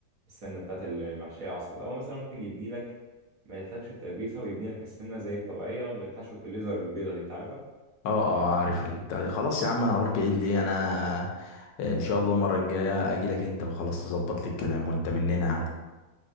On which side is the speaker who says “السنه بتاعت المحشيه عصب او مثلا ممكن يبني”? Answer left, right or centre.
Right